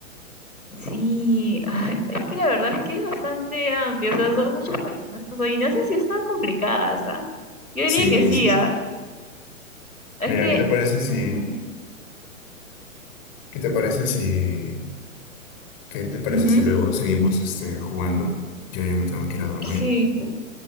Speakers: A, on the left (about 90°); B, on the left (about 35°).
A: Sí, ay, es que la verdad es que es bastante amplio. O sea, son muchos países. nuestros. y Nuestras adivinanzas sí están complicadas, ¿ah? Yo diría
B: Sí,
A: que sí,
B: sí, sí.
A: ¿ah? Es
B: Mira,
A: que.
B: ¿qué te parece si,
A: mm,
B: qué te parece si, qué te parece
A: ujú.
B: si luego seguimos este, jugando? Yo ya me tengo que ir a dormir.
A: Sí.